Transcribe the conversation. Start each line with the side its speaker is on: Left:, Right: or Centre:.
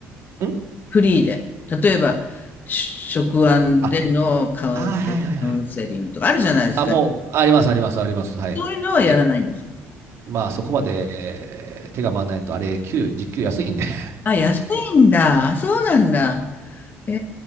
Right: ん
Left: フリーで。例えば、し職案でのカウンカウンセリングとかあるじゃないですか。
Right: あ、あーはいはいはい。あ、もう、あります、あります、あります。はい。
Left: そういうのはやらないんですか
Right: え、まあ、そこまで、えー手が回らないと、あれ、給与、時給安いんで。<laughs>
Left: あ、安いんだ。そうなんだ。へ